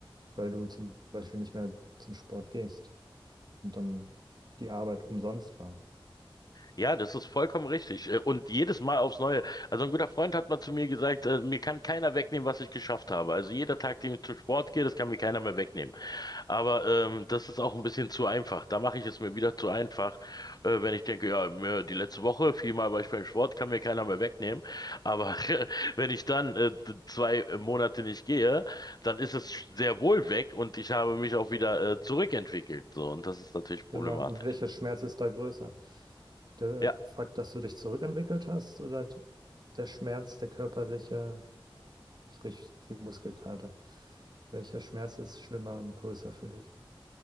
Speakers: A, on the right; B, on the left.
A: weil du zum Beispiel nicht mehr zum Sport gehst und dann die Arbeit umsonst war.
B: ja, das ist vollkommen richtig. Äh, und jedes Mal aufs Neue. Also ein guter Freund hat mal zu mir gesagt, äh, mir kann keiner wegnehmen, was ich geschafft habe. Also jeder Tag, den ich zum Sport gehe, das kann mir keiner mehr wegnehmen. Aber ähm, das ist auch ein bisschen zu einfach. Da mache ich es mir wieder zu einfach, äh, wenn ich denke, ja, mir, die letzte Woche, viermal war ich beim Sport, kann mir keiner mehr wegnehmen. Aber <laughs> wenn ich dann äh, d- zwei Monate nicht gehe, dann ist es sch- sehr wohl weg und ich habe mich auch wieder äh, zurückentwickelt. So, und das ist natürlich
A: Genau.
B: problematisch.
A: Und welcher Schmerz ist da größer? Der
B: Ja,
A: Fakt, dass du dich zurückentwickelt hast oder der Schmerz, der körperliche, sprich die Muskelkater? Welcher Schmerz ist schlimmer und größer für dich?